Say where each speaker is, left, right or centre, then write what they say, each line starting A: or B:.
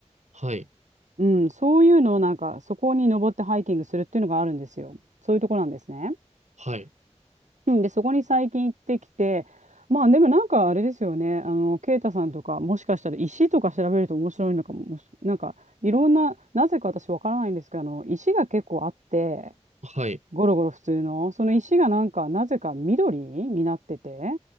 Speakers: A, on the right; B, on the right.
A: はい。
B: うん、そういうのをなんかそこに登ってハイキングするっていうのがあるんですよ。そういうところなんですね。
A: はい。
B: うん、で、そこに最近行ってきて、まあでもなんかあれですよね、あの、ケイタさんとかもしかしたら石とか調べると面白いのかも、もしなんかいろんな、なぜか私わからないんですけど、あの、石が結構あって、
A: はい。
B: ゴロゴロ普通の、その石がなんか、なぜか緑になってて、